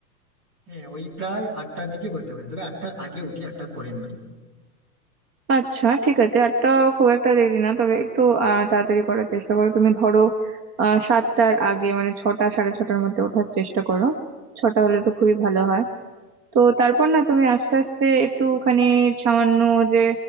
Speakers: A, on the right (about 65°); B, on the right (about 30°).
A: হ্যাঁ ওই প্রায় আটটার দিকে বলতে পারি তবে আটটার আগে উঠি আটটার পরে নয়
B: আচ্ছা ঠিক আছে আটটা খুব একটা দেরি না তবে একটু আহ তাড়াতাড়ি করার চেষ্টা করো তুমি ধরো আহ সাতটার আগে মানে ছটা সাড়ে ছটার মধ্যে ওঠার চেষ্টা করো ছটা হলে তো খুবই ভালো হয় তো তারপর না তুমি আস্তে আস্তে একটুখানি সামান্য যে